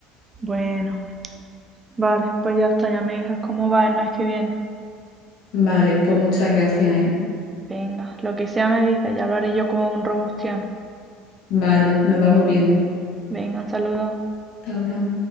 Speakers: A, on the right; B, on the left.
A: Bueno, vale, pues ya está, ya me dices cómo va el mes que viene.
B: Vale, pues muchas gracias, ¿eh?
A: Venga, lo que sea me dices, ya lo haré yo como un robustiano.
B: Vale, nos vamos viendo.
A: Venga, un saludo.
B: Hasta ahora.